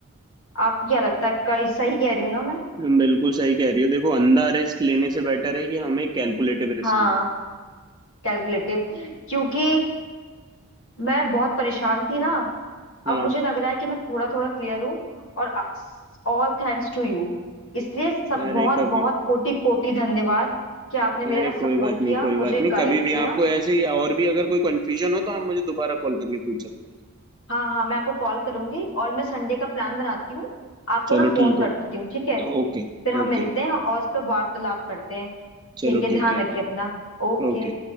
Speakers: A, on the left; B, on the right.
A: आपको क्या लगता है कई सही कह रही हूँ ना मैं
B: बिल्कुल सही कह रही हो देखो अंधा रिस्क लेने से बेटर है कि हम एक कैलकुलेटिव रिस्क
A: हाँ
B: लें
A: कैलकुलेटिव क्योंकि मैं बहुत परेशान थी ना अब
B: हाँ
A: मुझे लग रहा है कि मैं थोड़ा थोड़ा क्लियर हूँ और ऑल थैंक्स टू यू इसलिए सब
B: अरे
A: बहुत
B: कभी
A: बहुत कोटि कोटि धन्यवाद कि आपने मेरा
B: अरे
A: सपोर्ट
B: कोई बात नहीं
A: किया
B: कोई
A: मुझे
B: बात नहीं
A: गाइड
B: कभी
A: किया
B: भी आपको ऐसे ही और भी अगर कोई कंफ्यूजन हो तो आप मुझे दोबारा कॉल करके पूछ सकते हैं
A: हाँ हाँ मैं आपको कॉल करूंगी और मैं संडे का प्लान बनाती हूँ आपको
B: चलो
A: ना फोन
B: ठीक
A: करती
B: है
A: हूँ ठीक
B: तो
A: है
B: ओके
A: फिर हम
B: ओके
A: मिलते हैं और इस पर वार्तालाप करते हैं
B: चलो
A: ठीक है
B: ठीक
A: ध्यान
B: है
A: रखिए अपना ओके
B: ओके